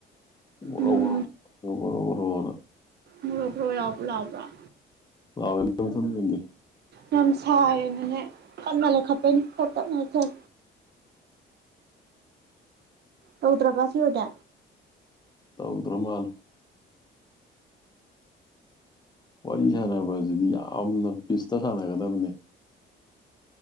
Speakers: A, on the left; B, on the right.
A: ꯒ‌ꯣꯔ‌ꯣ
B: ꯅꯣꯡ
A: ꯒ‌ꯣꯔ‌ꯣ ꯒ‌ꯣꯔ‌ꯣ ꯒ‌ꯣꯔ‌ꯣ ꯒ‌ꯣꯔ‌ꯣꯅ
B: ꯕ꯭‌ꯣꯔꯣ ꯕ‌ꯣ꯭ꯔ‌ꯣ ꯌꯥꯎꯕ ꯂꯥꯎꯕ꯭ꯔ‌ꯣ
A: ꯂꯥꯎꯋ‌ꯦꯗ ꯃꯗ‌ꯪ ꯌ‌ꯦꯡꯒ‌ꯦ
B: ꯌꯥꯝ ꯁꯥꯏꯌꯦꯅꯅꯦ ꯀꯟꯅ ꯂꯩꯈꯇꯞꯩꯅꯦ ꯈꯔꯥ ꯇꯞꯅꯥ ꯂꯩꯊ ꯇꯧꯗ꯭ꯔꯕ ꯁꯤ ꯑꯣꯏꯗꯤ
A: ꯇꯧꯗ꯭ꯔꯥ ꯃꯥꯂ‌ꯦ ꯋꯥꯔꯤ ꯁꯥꯟꯅꯕꯁꯤꯗꯤ ꯌꯥꯝꯅ ꯄꯤꯁꯇ ꯁꯥꯟꯅꯒꯗꯕꯅꯦ